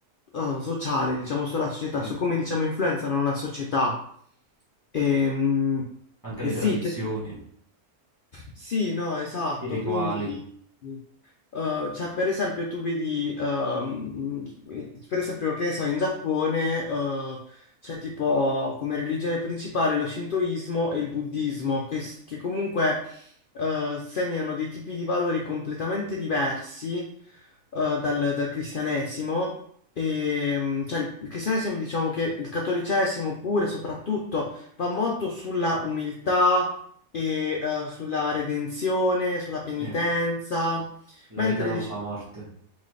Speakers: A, on the left; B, on the right.
A: eh, sociale, diciamo, sulla società,
B: sì,
A: su come, diciamo, influenzano una società. E, mh,
B: anche
A: e
B: le
A: sì,
B: tradizioni.
A: sì, no, esatto.
B: I rituali,
A: Quindi, eh, cioè, per esempio, tu vedi, ehm, per esempio, che ne so, in Giappone, eh, c'è tipo come religione principale lo shintoismo e il buddismo,
B: Sì.
A: che, che comunque, eh, segnano dei tipi di valori completamente diversi, eh, dal, dal cristianesimo. E, mm, cioè, il il cristianesimo, diciamo che il cattolicesimo pure, soprattutto, va molto sulla umiltà e eh, sulla redenzione, sulla penitenza,
B: sì, la
A: mentre
B: vita dopo
A: diciamo,
B: la morte.